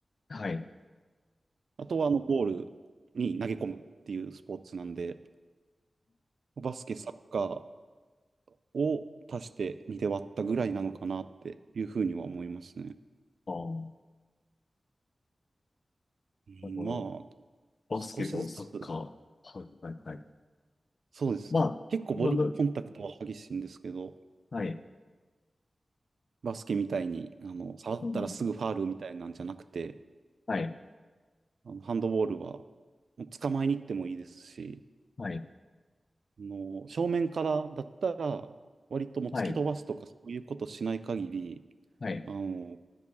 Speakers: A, on the left; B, on the right.
A: はい。
B: あとはあのゴールに投げ込むっていうスポーツなんで、バスケ、サッカーを足して2で割ったぐらいなのかなっていうふうには思いますね。
A: ああ、
B: うんまあ、
A: なるほど。
B: 少しずつ。
A: バスケとサッカー。はい、はい、はい。
B: そうです。
A: まあ、
B: 結構ボディコンタクトは激しいんですけど、
A: まあ、はい。
B: バスケみたいに、あの、触ったらすぐファールみたいなんじゃなくて、
A: うん。はい、
B: あのハンドボールは、もう捕まえに行ってもいいですし、
A: はい、
B: あの、正面からだったら、割ともう突き飛ばすとかそういうことしない限り、
A: はい、はい。
B: あの、